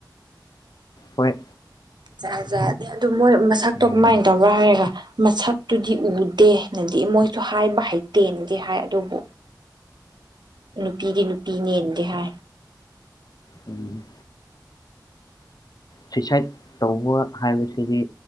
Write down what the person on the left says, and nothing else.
ꯍꯣꯏ
ꯎꯝ
ꯎꯝ ꯁꯨꯏꯁꯥꯏꯠ ꯇꯧꯕ ꯍꯥꯏꯕꯁꯤꯗꯤ